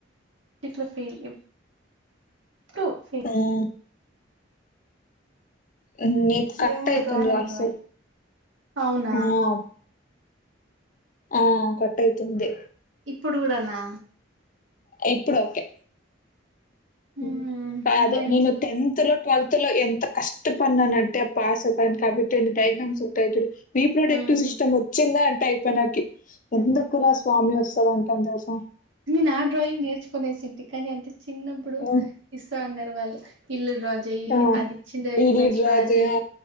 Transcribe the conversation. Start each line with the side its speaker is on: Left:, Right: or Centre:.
Right: టిట్ల ఫెయిల్ ఎప్ డు ఫెయిల్.
Left: అవునా. ఆహ్ నేను కరెక్ట్
Right: ఏమో
Left: గా చెప్తున్నా
Right: డ్రాయింగ్ అనే
Left: రాస్తావ్
Right: డ్రాయింగ్ అవునా
Left: ఆహ్. ఆహ్ కట్ అయితుంది.
Right: ఇప్పుడు గూడానా.
Left: ఇప్పుడోకే.
Right: మ్మ్
Left: ఉమ్ ఆహ్ అదే
Right: మా ఇంట్లో
Left: నేను టెన్త్ లో. ట్వెల్త్ లో ఎంత కష్టపడినానట్టే పాస్ అవ్వడానికి కాబట్టి ఎన్ని డైగ్రామ్స్ ఉంటాయి జూడు. రీప్రొటెక్టివ్
Right: మ్మ్
Left: సిస్టమ్ వొచ్చిందా అంటే అయిపోయి నాకి
Right: మ్మ్
Left: ఎందుకు రా స్వామి వస్తుంద అంట అంత తెలుస.
Right: నేనా డ్రాయింగ్ నేర్చుకునేసింటి కానీ అంత చిన్నప్పుడు.
Left: హ్మ్.
Right: ఇస్తా అన్నారు వాళ్ళు ఇల్లు డ్రాజు. తేయ్
Left: ఆ!
Right: అదిచ్చిందే
Left: ఈల్లు
Right: ఇమేజ్ డ్రా
Left: జేయ
Right: చెయి